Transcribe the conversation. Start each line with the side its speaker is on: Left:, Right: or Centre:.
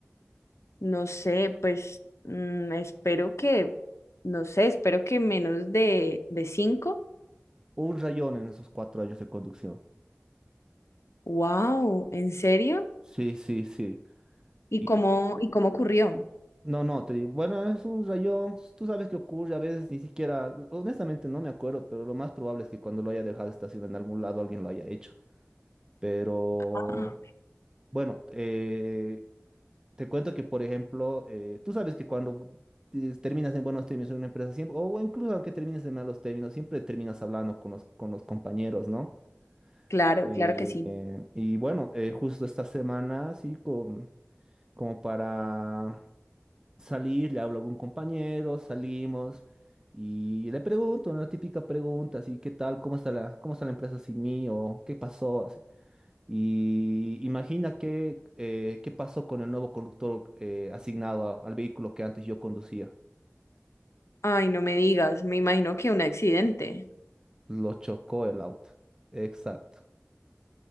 Left: no sé, pues mm, espero que, no sé, espero que menos de, de cinco
Right: Un rayón en esos cuatro años de conducción.
Left: Wow, ¿en serio?
Right: Sí, sí, sí.
Left: ¿Y
Right: Y
Left: cómo, y cómo ocurrió?
Right: no, no, te digo, bueno, es un rayón, tú sabes qué ocurre, a veces ni siquiera, honestamente no me acuerdo, pero lo más probable es que cuando lo haya dejado estacionado en algún lado alguien lo haya hecho. Pero
Left: Ah,
Right: bueno, eh, te cuento que, por ejemplo, eh, tú sabes que cuando te- terminas en buenos términos en una empresa siempre, o incluso aunque termines en malos términos, siempre terminas hablando con los, con los compañeros, ¿no?
Left: Claro,
Right: Eh,
Left: claro que sí.
Right: y bueno, eh, justo esta semana, sí, con- como para salir, le hablo a algún compañero, salimos y le pregunto, una típica pregunta, así, ¿qué tal? ¿Cómo está la, cómo está la empresa sin mí? ¿O qué pasó? Así. Y imagina qué, eh, qué pasó con el nuevo conductor eh, asignado a- al vehículo que antes yo conducía.
Left: Ay, no me digas, me imagino que un accidente.
Right: Lo chocó el auto. Exacto.